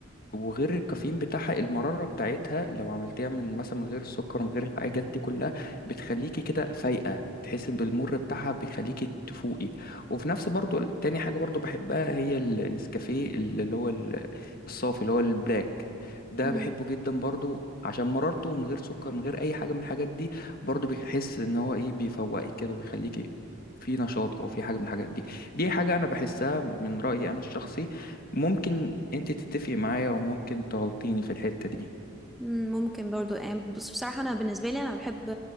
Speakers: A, on the left; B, in the centre.
A: وغير الكافيين بتاعها المرارة بتاعتها لو عملتيها من مثلا من غير السكر ومن غير الحاجات دي كلها بتخليكي كده فايقة تحسي بالمر بتاعها بيخليكي تفوقي وفي نفس برضو ال- تاني حاجة برضو بحبها هي النسكافيه اللي هو ال- الصافي اللي هو البلاك ده
B: مم.
A: بحبه جدا برضو عشان مرارته من غير سكر من غير اي حاجة من الحاجات دي برضو بيحس ان هو ايه بيفوقك كده وبيخليكي في نشاط او في حاجة من الحاجات دي دي حاجة انا بحسها من رأيي انا الشخصي ممكن انت تتفقي معايا وممكن تغلطيني في الحتة دي
B: مم، ممكن برضو يعني بص بصراحة انا بالنسبة لي انا بحب